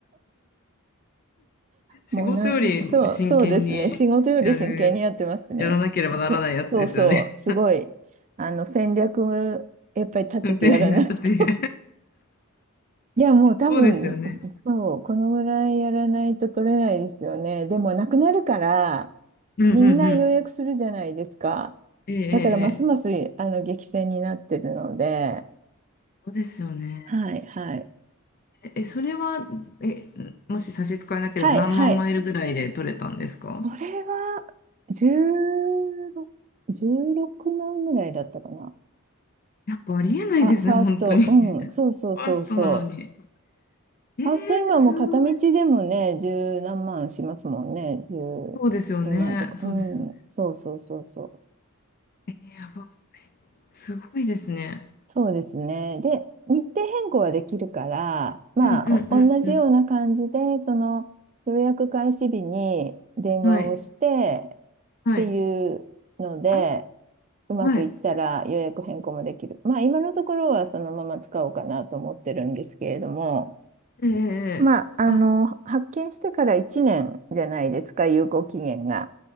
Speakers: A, on the left; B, on the right.
A: 仕事より真剣に
B: もうなん、そう、そうですね。仕事より真剣にやってますね。
A: やる、やらなければならないやつですよね。
B: す、そうそう、すごい。あの、戦略、やっぱり立ててやらないと
A: <laughs> 運転型で。
B: <laughs> いや、もう多分、
A: そうですよね。
B: そう、このぐらいやらないと取れないですよね。でも、なくなるから、
A: うんうんうん。
B: みんな予約するじゃないですか。
A: ええええ。
B: だからますますあの激戦になってるので、
A: ええそうですよね。
B: はい、はい。
A: え、それは、え、もし差し支えなければ何万マイルぐらいで取れたんですか
B: はい、はい。それは、16、16万ぐらいだったかな。
A: やっぱありえないですね、
B: ファ、ファースト、
A: 本当に。<laughs>
B: うん、そうそうそうそう。
A: ファーストなのに。えー、
B: ファースト今もう片道でもね、
A: すごい。
B: 十何万しますもんね。十、
A: そうですよね。
B: 今とか、
A: そうですよね。
B: うん、そうそうそうそう。
A: えーやば、すごいですね。
B: そうですね。で、日程変更はできるから、まあ、
A: うんうんうんうん。
B: お同じような感じで、その予約開始日に電話をしてっ
A: はい。はい。
B: ていうので、
A: あ
B: うまくいったら予約変更もできる。
A: はい。
B: まあ、今のところはそのまま使おうかなと思ってるんですけれども、
A: えーえーあ、
B: まあ、あの、発券してから1年じゃないですか、有効期限が。